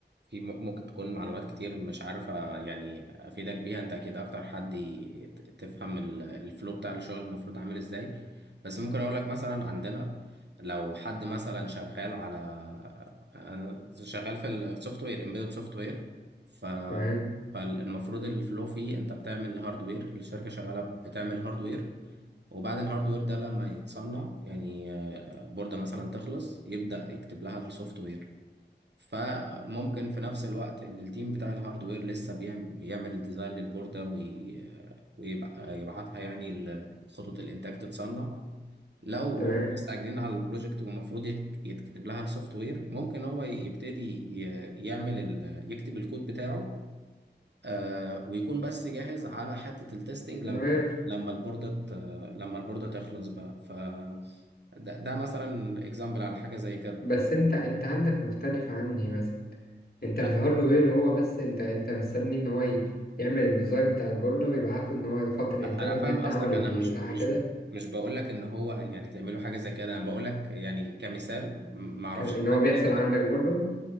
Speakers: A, on the right; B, on the left.
A: في م- ممكن تكون معلومات كتير مش عارفة يعني أفيدك بيها أنت أكيد أكتر حد ي- ت- تفهم ال- الفلو بتاع الشغل المفروض عامل إزاي بس ممكن أقول لك مثلا عندنا لو حد مثلا شغال على أنا شغال في السوفت وير امبيدد سوفت وير ف
B: تمام
A: فالمفروض الفلو فيه أنت بتعمل هاردوير الشركة شغالة بتعمل هاردوير وبعد الهاردوير ده لما يتصنع يعني البوردة مثلا تخلص يبدأ يكتب لها السوفت وير فممكن في نفس الوقت ال- التيم بتاع الهاردوير لسه بيعم- بيعمل الديزاين للبوردة وي... ويبقى يبعتها يعني ل- خطوط الإنتاج تتصنع لو
B: تمام
A: هم مستعجلين على البروجكت والمفروض يت- يتكتب لها السوفت وير ممكن هو يبتدي ي- يعمل ال... يكتب الكود بتاعه آه ويكون بس جاهز على حتة التستنج لما
B: انا عارف
A: لما البوردة ت- لما البوردة تخلص بقى ف ده, ده مثلا اكزامبل على حاجة زي كده
B: بس انت انت عندك مختلف عني مثلا انت في
A: أ-
B: الهاردوير هو بس انت انت مستني ان هو ي- يعمل الديزاين بتاع البوردة ويبعته ان هو لخط الانتاج
A: انا
B: ان
A: فاهم
B: انت
A: قصدك
B: عمله
A: انا
B: وتيجي
A: مش
B: صح
A: مش
B: كده
A: مش بقول لك ان هو يعني تعملوا حاجة زي كده انا بقول لك يعني كمثال م- ما اعرفش
B: كان ان هو
A: حاجة
B: بيحصل
A: زي كده
B: عندك برضو